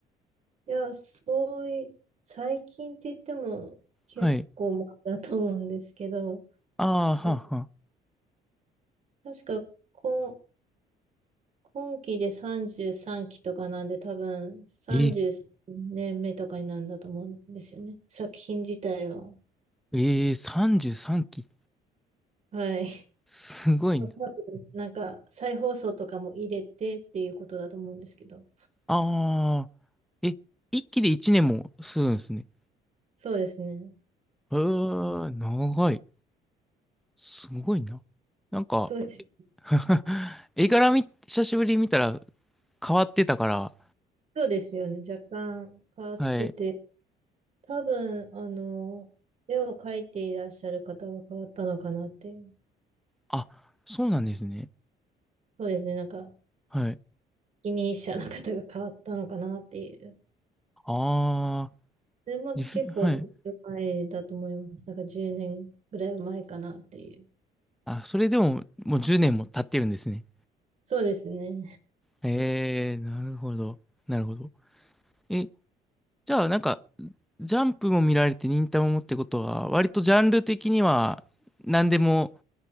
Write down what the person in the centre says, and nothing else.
はい。ああ、
はあ、はあ。
え、
えー、33期。
すごいな。
ああ、え、1期で1年もするんですね。
えー、長い。すごいな。なんか、
<laughs> 絵柄み、久しぶりに見たら、変わってたから、
はい。
あ、そうなんですね。
はい。
ああ、
リフ、はい。
あ、それでも、もう10年も経ってるんですね。
ええ、なるほど。なるほど。え、じゃあ、なんか、ジャンプも見られて、忍たまもってことは、割とジャンル的には、何でも